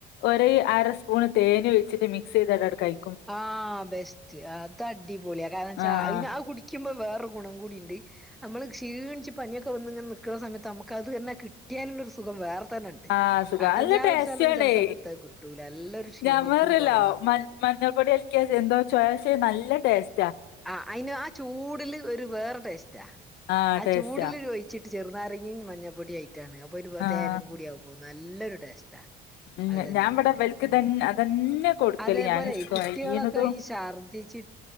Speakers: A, on the left; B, in the centre.
A: ഒര് അര സ്പൂണ് തേനു ഒഴിച്ചിട്ട് മിക്സെയ്‌താടടുക്കയ്
B: ആഹ് ബെസ്റ്റ് അതടിപൊളിയാ കാരണംച്ചാ
A: ആഹ്
B: അയ്ന അഹ്‌ കുടി ക്യുമ്പോ വേറെര് ഗുണം കൂടിണ്ട് അമ്മള് ക്ഷീണിച്ച് പനിയൊക്കെ വന്ന്ങ്ങനെ ന്ക്ക്ണ സമയത്ത് അമ്മക്ക് അത് തന്നെ കിട്ടിയാല്ള്ളൊരു സുഖം വേറെ തന്നെണ്ട്
A: ആഹ്‌ സുഖ
B: കട്ടൻ
A: അല്ല
B: ചായ
A: ടേസ്റ്റണേ.
B: കുടിച്ചാലൊന്നും ചെല സമയത്ത് അത് കിട്ടൂല എല്ലൊരു ക്ഷീണത്തിന്
A: ഞമ്മറ്യല്ല.
B: കൊറവാ
A: മ മഞ്ഞൾ പൊടിയൽക്കിയ എന്തോ ചൊയ ശേ നല്ല ടേസ്
B: ആഹ്‌ അയിന് ആ ചൂട്ല് ഒരു വേറെ ടേസ്റ്റാ
A: ആഹ്
B: ആ
A: ടേസ്റ്റാ
B: ചൂട്ല് ഒഴി ച്ചിട്ട് ചെറുന്നാരങ്ങിം മഞ്ഞൾപ്പൊടി ആയിറ്റാണ് അപ്പൊ അയിൽ
A: ആഹ്
B: തേനും കൂടി ആകുമ്പോ നല്ലൊരു ടേസ്റ്റാ
A: ഉം
B: അതെന്നെ
A: ഞാൻ
B: അതെന്നെ
A: ഇവിടെ ഇവൽക്ക്
B: ഉം
A: തന്നെ അതന്നെ കൊടുക്കല്
B: അതേപോലെയ്
A: ഞാന് കൊഴീണതും
B: കുട്ട്യാളൊക്കെ ഈ ശർദിച്ചി